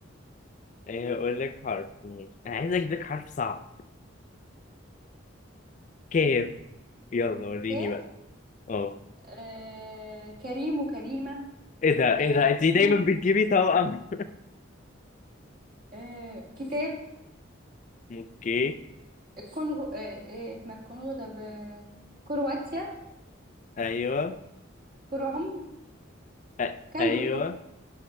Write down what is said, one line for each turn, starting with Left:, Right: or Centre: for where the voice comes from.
Left: آه، أقول لك حرف ماشي. أنا عايز أديك حرف صعب كيف يلا وريني
Right: كاف
Left: بقى أه
Right: آه، كريم وكريمة
Left: إيه ده إيه
Right: آه
Left: ده أنت دايما
Right: <laughs>
Left: بتجيبي توأم
Right: آه كتاب
Left: <laughs> أوكي
Right: الكونغو آه آه ما في كونغو طب آه كرواتيا
Left: أيوه
Right: كروم
Left: أ-
Right: كانجرو
Left: أيوه